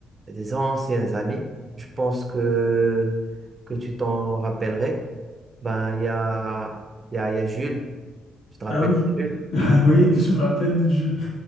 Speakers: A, on the right (about 30°); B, on the left (about 75°).
A: des anciens amis. Je pense que, que tu t'en rappellerais. Ben, il y a, il y a, il y a Jules, tu te rappelles
B: Ah oui,
A: de Jules?
B: <laughs> Ah oui, je me rappelle de Jules.